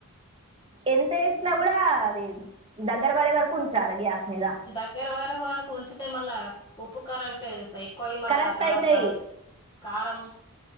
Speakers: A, on the right; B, on the left.
A: ఎంత ఏసినా కూడా అది దగ్గర పడే వరకు ఉంచలే గ్యాస్ మీద
B: దగ్గర పడే వరకు ఉంచితే మళ్ళా ఉప్పుకారట్లే సై కొయ్యిమల
A: కరెక్ట్
B: తర్వాత
A: అవుతాయి
B: కారం